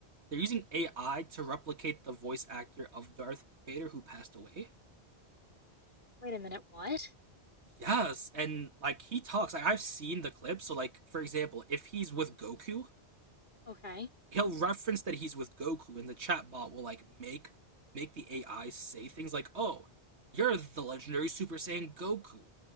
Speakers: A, on the right; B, on the left.
A: they're using AI to replicate the voice actor of Darth Vader who passed away.
B: Wait a minute. What?
A: Yes, and like he talks, like I've seen the clip. So like for example, if he's with Goku,
B: Okay.
A: he'll reference that he's with Goku, and the chat bot will like make make the AI say things like, "Oh, you're the legendary Super Saiyan Goku,"